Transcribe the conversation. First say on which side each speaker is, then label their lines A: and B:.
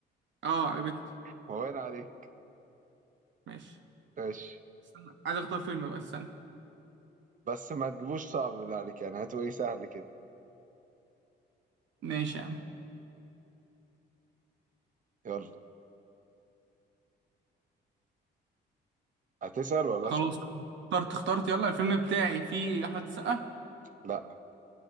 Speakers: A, on the right; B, on the right.
A: اه عجبتني
B: <laughs> مبين عليك
A: ماشي
B: ماشي
A: استنى، عايز اختار فيلم بقى استنى
B: بس ما تجيبوش صعب بالله عليك يعني هاتوا ايه سهل كده
A: ماشي يا عم
B: يلا هتسأل ولا
A: خلاص
B: اسأل
A: اخترت اخترت يلا الفيلم بتاعي فيه احمد السقا
B: لا